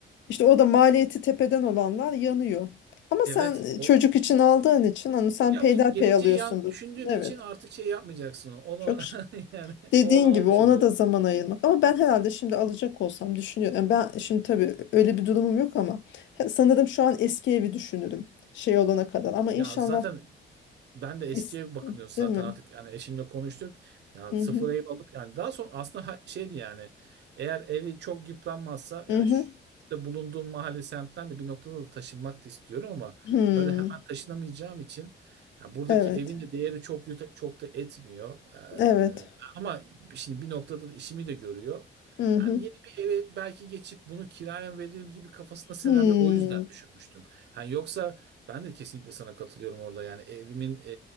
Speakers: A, on the left; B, on the right.
A: İşte o da maliyeti tepeden olanlar yanıyor. Ama
B: Evet.
A: sen e,
B: O,
A: çocuk için aldığın için onu sen
B: Ya
A: peyderpey
B: o geleceği
A: alıyorsundur.
B: yan düşündüğün
A: Evet.
B: için artık şey yapmayacaksın onu.
A: Çok
B: Onu
A: ş-
B: <laughs> yani
A: dediğin
B: o olan
A: gibi
B: olmuş
A: ona
B: oluyor.
A: da zaman ayırmak. Ama ben herhalde şimdi alacak olsam düşünüyorum. Yani ben şimdi tabii öyle bir durumum yok ama he- sanırım şu an eski evi düşünürüm şey olana kadar. Ama inşallah
B: Ya zaten Ben de eskiye
A: es-
B: bakınıyoruz zaten
A: değil mi?
B: artık yani eşimle konuştuk. Ya
A: Hı
B: sıfır
A: hı.
B: ev alıp yani daha sonra aslında ha- şeydi yani eğer evi çok yıpranmazsa
A: Hı
B: ya
A: hı.
B: şu, işte bulunduğum mahalle semtten de bir noktada da taşınmak da istiyorum ama
A: Hmm.
B: öyle hemen taşınamayacağım için ya buradaki
A: Evet.
B: evin de değeri çok yuta- çok da etmiyor.
A: Evet.
B: Ee, ama şimdi bir noktada da işimi de görüyor.
A: Hı hı.
B: Yani yeni bir eve belki geçip bunu kiraya veririm gibi kafasında senaryo
A: Hmm.
B: o yüzden düşünmüştüm. Yani yoksa ben de kesinlikle sana katılıyorum orada. Yani evimin e,